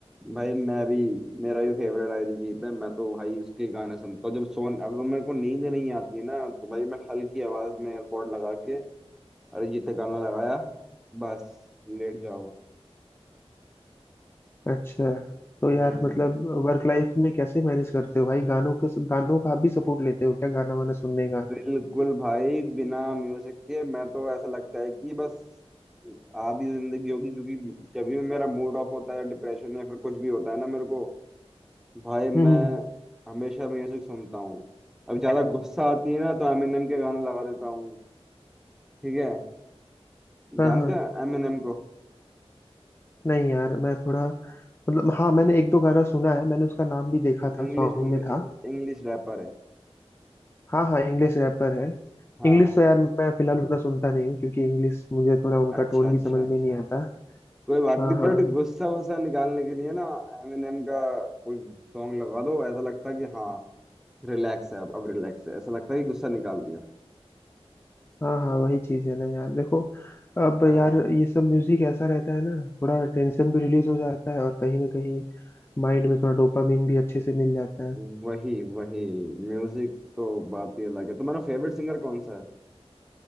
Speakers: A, in the centre; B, on the left.
A: भाई मैं भी मेरा भी फेवरेट अरिजीत है मैं तो भाई उसके गाने सुनता हूँ जब सोन अगर मेरे को नींद नहीं आती है ना तो भाई मैं हल्की आवाज में एयरपॉड लगा के अरिजीत का गाना लगाया बस लेट जाओ
B: अच्छा तो
A: हम्म
B: यार मतलब वर्क लाइफ में कैसे मैनेज करते हो भाई गानों के गानों का आप भी सपोर्ट लेते हो क्या गाना वाना सुनने का
A: बिल्कुल भाई बिना म्यूजिक के मैं तो ऐसा लगता है कि बस आधी जिंदगी होगी क्योंकि जब भी मेरा मूड ऑफ होता है डिप्रेशन या फिर कुछ भी होता है ना मेरे को भाई
B: हम्म
A: मैं हमेशा म्यूजिक सुनता हूँ अब ज्यादा गुस्सा आती है ना तो एमिनेम के गाने लगा देता हूँ ठीक है
B: हाँ
A: जानते
B: हाँ
A: हो एमिनेम को
B: नहीं यार मैं थोड़ा मतलब हाँ मैंने एक दो गाना सुना है मैंने उसका नाम भी देखा था
A: इंग्लिश
B: सॉन्ग में था
A: इंग्लिश रैपर है
B: हाँ हाँ इंग्लिश रैपर है
A: हाँ
B: इंग्लिश
A: हाँ
B: तो यार मैं फिलहाल उतना सुनता नहीं हूँ क्योंकि इंग्लिश मुझे थोड़ा उनका
A: अच्छा
B: टोन
A: अच्छा
B: भी समझ
A: अच्छा
B: में नहीं आता
A: कोई बात
B: हाँ
A: नहीं
B: हाँ
A: बट गुस्सा वुस्सा निकालने के लिए ना एमिनेम का कोई सॉन्ग लगा दो ऐसा लगता है कि हाँ रिलैक्स है अब अब रिलैक्स है ऐसा लगता है कि गुस्सा निकाल दिया
B: हाँ हाँ वही चीज है ना यार देखो अब
A: हाँ
B: यार ये सब म्यूजिक ऐसा रहता है ना थोड़ा टेंशन भी रिलीज हो जाता है और कहीं ना कहीं माइंड में थोड़ा डोपामिन भी अच्छे से मिल जाता है
A: वही वही म्यूजिक तो बात ही अलग है तुम्हारा फेवरेट सिंगर कौन सा है